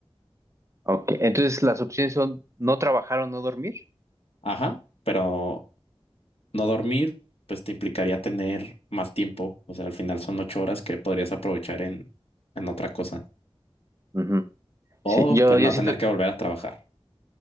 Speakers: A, on the right; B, on the left.
A: Ok, entonces las opciones son no trabajar o no dormir.
B: Ajá, pero no dormir, pues te implicaría tener más tiempo. O sea, al final son ocho horas que podrías aprovechar en, en otra cosa.
A: Ujú.
B: O
A: Sí, yo,
B: pues
A: yo
B: no
A: siento,
B: tener que volver a trabajar.